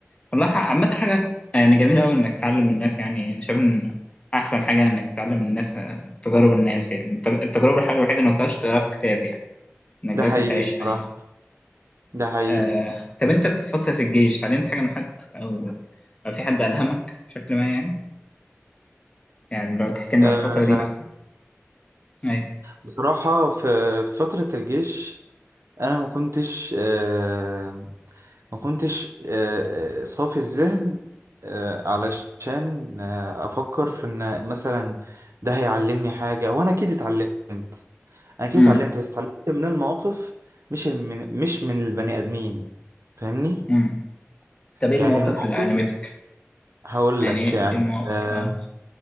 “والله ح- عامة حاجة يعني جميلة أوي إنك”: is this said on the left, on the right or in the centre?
Left